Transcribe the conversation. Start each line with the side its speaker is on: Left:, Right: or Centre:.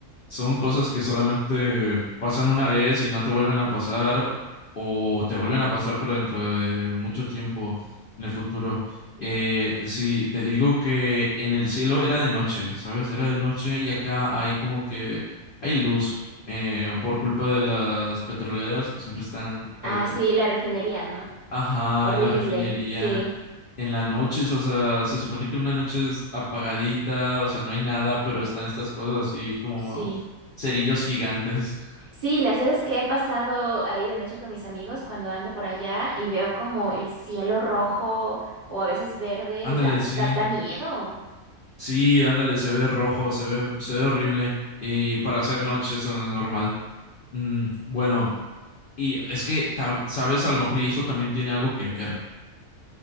Left: son cosas que solamente pasan una vez y no te vuelven a pasar o te vuelven a pasar pero dentro de mucho tiempo en el futuro. Eh, sí, te digo que en el cielo era de noche, ¿sabes? Era de noche y acá hay como que hay luz eh, por culpa de las petroleras que siempre están
Right: Ah,
Left: eh,
Right: sí, la refinería, ¿no?
Left: Ajá,
Right: Horrible,
Left: la refinería
Right: sí.
Left: en las noches, o sea, se supone que una noche es apagadita, o sea, no hay nada, pero están estas cosas así como
Right: Sí,
Left: cerillos gigantes.
Right: Sí, las veces que he pasado ahí de noche con mis amigos cuando ando por allá y veo como el cielo rojo o a veces verde,
Left: Ándale,
Right: da,
Left: sí,
Right: da, da miedo.
Left: sí, ándale, se ve rojo, se ve, se ve horrible. Y para hacer noche eso no es normal. Mm, bueno, y es que, tam- sabes, a lo mejor y eso también tiene algo que ver,